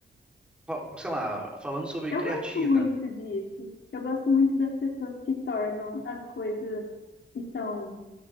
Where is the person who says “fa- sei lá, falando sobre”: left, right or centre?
Centre